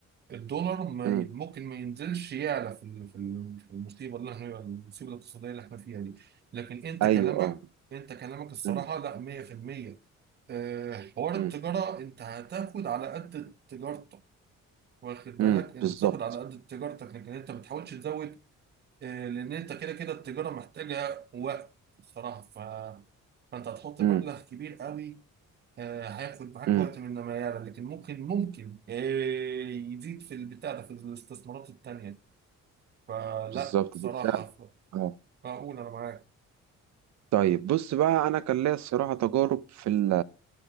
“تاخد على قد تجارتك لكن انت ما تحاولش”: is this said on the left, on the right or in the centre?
Right